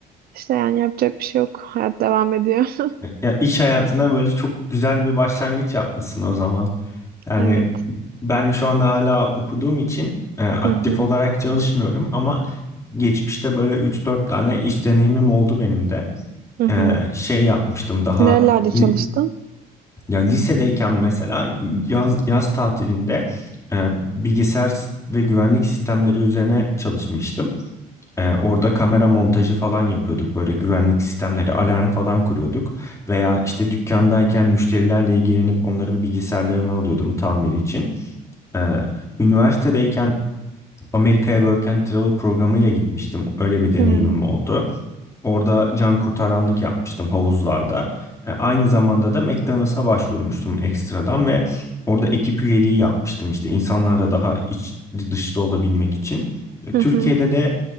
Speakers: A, on the right; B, on the left.
A: işte yani yapacak bir şey yok hayat devam ediyor
B: Ya iş hayatına böyle çok güzel bir başlangıç yapmışsın o zaman. Yani
A: <laughs> evet
B: ben şu anda hala okuduğum için e, aktif
A: hı hı
B: olarak çalışmıyorum ama geçmişte böyle üç dört tane iş deneyimim oldu benim de.
A: hı hı
B: E, şey yapmıştım daha
A: nerelerde çalıştın
B: li- ya lisedeyken mesela yaz, yaz tatilinde e, bilgisayar s- ve güvenlik sistemleri üzerine çalışmıştım. Ee, orada kamera montajı falan yapıyorduk. Böyle güvenlik sistemleri, alarm falan kuruyorduk. Veya işte dükkandayken müşterilerle ilgilenip onların bilgisayarlarını alıyordum tamiri için. Ee, üniversitedeyken Amerika'ya Work and Travel programıyla gitmiştim. Öyle bir deneyimim
A: Hmm,
B: oldu. Orada can kurtaranlık yapmıştım havuzlarda. E, aynı zamanda da McDonald's'a başvurmuştum ekstradan ve orada ekip üyeliği yapmıştım işte insanlarla daha iç dışta olabilmek için. E,
A: Hı
B: Türkiye'de
A: hı.
B: de